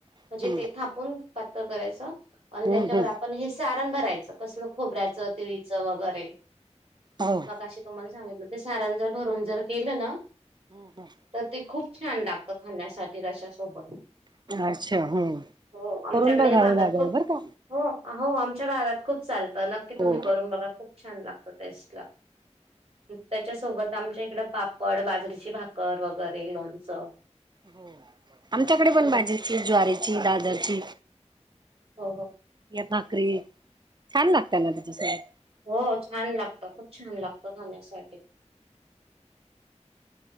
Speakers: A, on the right; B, on the right.
A: हम्म
B: म्हणजे ते थापून पातळ करायच आणि
A: हम्म
B: त्याच्यावर
A: हम्म
B: आपण हे सारण भरायच कसलं खोबऱ्याचं, तिळीचं वगैरे
A: हो
B: मगाशी तुम्हाला सांगितलं- ते सारांण जर भरून जर केल ना?
A: हम्म हम्म..
B: तर ते खूप छान लागत खाण्यासाठी रश्श्यासोबत.
A: अच्छा हम्म
B: हो आमच्याकडे
A: करून बघावी
B: भागात
A: लागेल
B: खूप
A: बरं का
B: हो- हो आमच्या भागात खूप चालत नक्की तुम्ही
A: हो
B: करून बघा खूप छान लागत टेस्ट ला. त्याच्यासोबत आमच्या इकड पापड बाजरीची भाकर वगैरे. लोणचं.
A: हो आमच्याकडे पण
B: हो
A: भाजवारीेची, दादरची
B: हो हो
A: या भाकरी, छान लागतात ना त्याच्यासोबत
B: हो छान लागतो. खूप छान लागतो. बघण्यासाठी